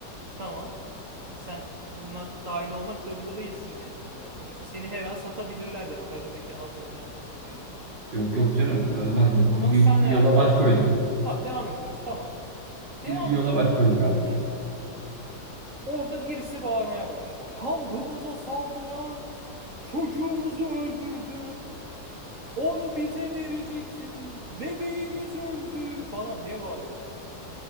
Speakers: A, on the right (about 45°); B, on the right (about 75°).
A: Tamam. E, Sen buna dahil olmak zorunda değilsin diye dedim. Yani sonuçta seni her an satabilirler de bak az önceki amcanın yapmak istediği gibi.
B: Yok yok canım olmaz biz bir,
A: Ama
B: bir
A: sen
B: bir
A: herhalde
B: yola baş
A: okumuyorsun
B: koyduk.
A: bunu. Tamam devam ediyorsun. Tamam. Devam
B: Biz bir yola
A: ettin
B: baş
A: abi.
B: koyduk
A: Gittin.
B: abi.
A: Orada birisi bağırmaya başlıyor. Kampımıza saldıran çocuğumuzu öldürdü. Onu bize vereceksiniz. Bebeğimiz öldü falan diye bağırıyor. Abi